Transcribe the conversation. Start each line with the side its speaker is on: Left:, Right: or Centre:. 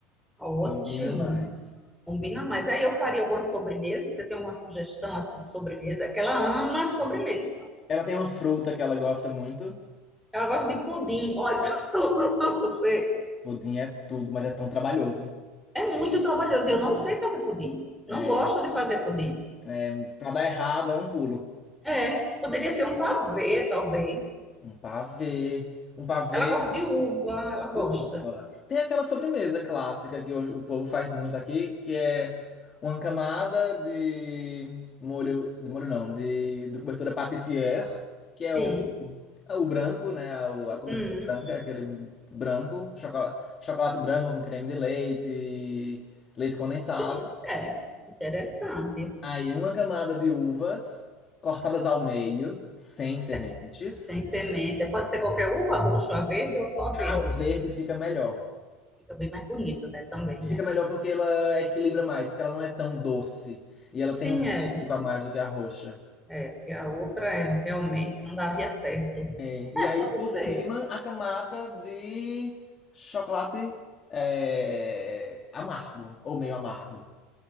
Centre: Ótimo.
Left: Combina mais.
Centre: Combina mais. Aí eu faria alguma sobremesa. Você tem alguma sugestão assim de sobremesa? É que ela ama sobremesa.
Left: Ela tem uma fruta que ela gosta muito.
Centre: Ela gosta de pudim. Olha, <laughs> você.
Left: Pudim é tudo, mas é tão trabalhoso.
Centre: É muito trabalhoso. Eu não sei fazer pudim.
Left: É,
Centre: Não gosto de fazer pudim.
Left: é, pra dar errado é um pulo.
Centre: É, poderia ser um pavê, talvez.
Left: Um pavê. Um pavê
Centre: Ela gosta de uva, ela gosta.
Left: Uva. Tem aquela sobremesa clássica que hoje o povo faz muito aqui, que é uma camada de molho, de molho não, de, de cobertura pâtissière, que é
Centre: Sim.
Left: o, é o branco, né? A, o- a cobertura
Centre: Hum,
Left: branca, aquele branco, chocolate, chocolate branco com creme de leite, leite condensado.
Centre: sim, é. Interessante.
Left: Aí uma camada de uvas cortadas ao meio, sem
Centre: Sem,
Left: sementes.
Centre: sem semente. Pode ser qualquer uva, roxa, verde ou só verde.
Left: A verde fica melhor.
Centre: Fica bem mais bonito, né? Também,
Left: E
Centre: né?
Left: fica melhor porque ela equilibra mais, porque ela não é tão doce. E ela
Centre: Sim,
Left: tem um cítrico
Centre: é.
Left: a mais do que a roxa.
Centre: É, porque a outra é, realmente não daria certo.
Left: É,
Centre: É
Left: e aí,
Centre: pra
Left: por
Centre: você.
Left: cima, a camada de chocolate é, amargo, ou meio amargo.